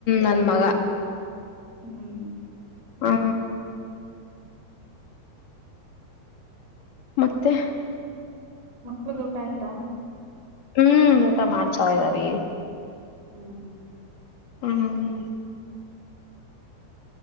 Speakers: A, on the left; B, on the right.
A: ನನ್ ಮಗ
B: ಹ್ಮ್
A: ಹಾ ಮತ್ತೆ
B: ಮಕ್ಳು ದೋಟ ಆಯ್ತಾ
A: ಹ್ಮ್ ಊಟ ಮಾಡ್ತಾ ಇದ್ದಾರಿೀ
B: ಹ್ಮ್ ಹ್ಮ
A: ಹ್ಮ್